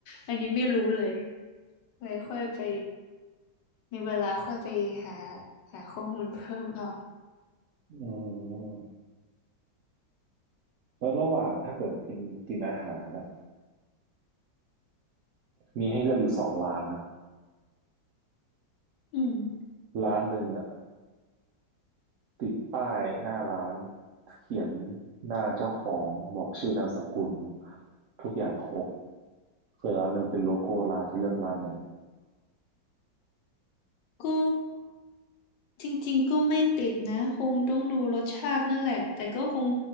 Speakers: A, on the left; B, on the right.
A: อันนี้ไม่รู้เลยไว้ค่อยไปมีเวลาค่อยไปหาหาข้อมูลเพิ่มเอา
B: อืมแล้วระหว่างถ้าเกิดกินกินอาหารนะมีให้เลือกอยู่สองร้านนะ
A: อืม
B: ร้านหนึ่งอะติดป้ายหน้าร้านเขียนหน้าเจ้าของบอกชื่อนามสกุลทุกอย่างครบส่วนร้านหนึ่งเป็นโลโก้ร้านจะเลือกร้านไหน
A: ก็จริงๆก็ไม่ติดนะคงต้องดูรสชาตินั่นแหละแต่ก็คง